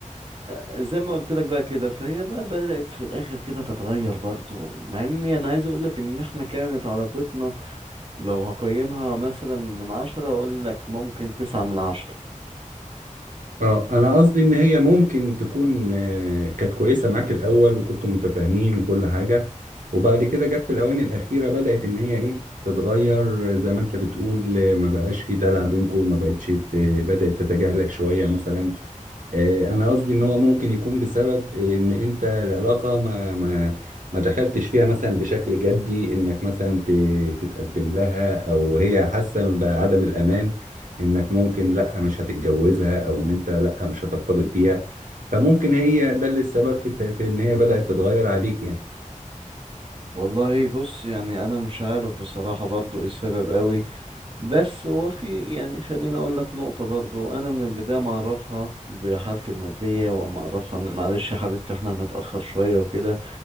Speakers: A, on the right; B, on the right.
A: زي ما قلت لك بقى كده فهي بقى بدأت في الآخر كده تتغير برضو مع إني أنا عايز أقول لك إن إحنا كانت علاقتنا لو هقيمها مثلا من عشرة أقول لك ممكن تسعة من عشرة
B: اه انا قصدي ان هي ممكن تكون آه، كانت كويسه معاك الاول وكنتوا متفاهمين وكل حاجه وبعد كده جت في الاواني الاخيره بدات ان هي ايه تتغير آه، زي ما انت بتقول آه، ما بقاش في دلع بينكم ما بقتش ت- بدات تتجاهلك شويه مثلا آه، انا قصدي ان هو ممكن يكون بسبب ان انت العلاقه ما ما ما دخلتش فيها مثلا بشكل جدي انك مثلا ت- تتقدم لها او هي حاسه بعدم الامان انك ممكن لا مش هتتجوزها او ان انت لا مش هترتبط بيها فممكن هي ده اللي السبب في الت- في ان هي بدات تتغير عليك يعني
A: والله بص يعني أنا مش عارف بصراحة برضو إيه السبب قوي بس هو في يعني خليني أقول لك نقطة برضو أنا من البداية معرفها بحالتي المادية ومعرفها إن معلش يا حبيبتي إحنا هنتأخر شوية وكده